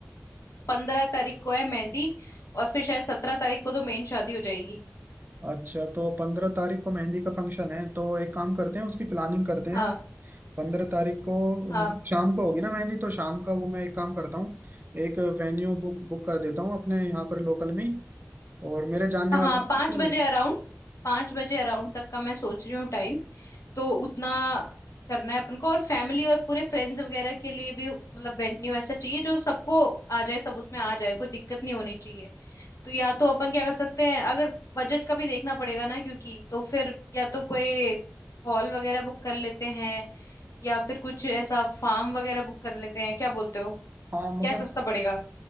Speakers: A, on the left (about 80°); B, on the right (about 40°).
A: पंद्रह तारीख को है मेहंदी और फिर शायद सत्रह तारीख को तो मेन शादी हो जाएगी
B: अच्छा तो पंद्रह तारीख को मेहंदी का फंक्शन है तो एक काम करते हैं उसकी प्लानिंग करते हैं
A: हाँ
B: हम पंद्रह तारीख को
A: हाँ
B: मतलब शाम को होगी ना मेहंदी तो शाम का वो मैं एक काम करता हूँ एक वेन्यू बुक बुक कर देता हूँ अपने यहाँ पर लोकल में ही और मेरे जानने
A: हाँ
B: वाला है
A: पाँच
B: तो-
A: बजे अराउंड पाँच बजे अराउंड तक का मैं सोच रही हूँ टाइम तो उतना करना है अपन को और फैमिली और पूरे फ्रेंड्स वगैरह के लिए भी मतलब वेन्यू ऐसा चाहिए जो सबको आ जाए सब उसमें आ जाए कोई दिक्कत नहीं होनी तो या तो अपन क्या कर सकते हैं अगर बजट का भी देखना पड़ेगा ना क्योंकि तो फिर या तो कोई हॉल वगैरह बुक कर लेते हैं या फिर कुछ ऐसा फार्म वगैरह बुक कर लेते हैं क्या बोलते हो
B: हाँ
A: क्या
B: मतलब
A: सस्ता पड़ेगा